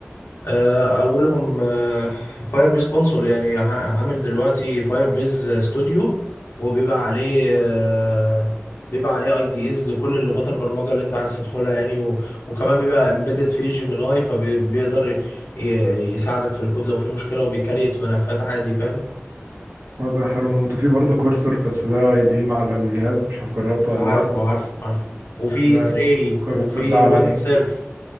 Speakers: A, on the left; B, on the right.
A: آه، اولهم فاير بيز كونسول يعني ع- عامل دلوقتي فاير بيز ستوديو وبيبقى عليه آه، بيبقى عليه اي دي ايز لكل اللغات البرمجه اللي انت عايز تدخلها يعني و... وكمان بيبقى امبيدد في جيميناي فبيقدر ي... يساعدك في الكود لو في مشكله وبيكريت ملفات عادي فاهم
B: برضه حلو موت وفي برضه كورسر بس ده اي دي ام على الجهاز مش عارف جربته ولا
A: عارفه
B: لا
A: عارفه عارفه وفي
B: ده
A: تري
B: كورسر
A: وفي
B: ده
A: ويند
B: عالمي
A: سيرف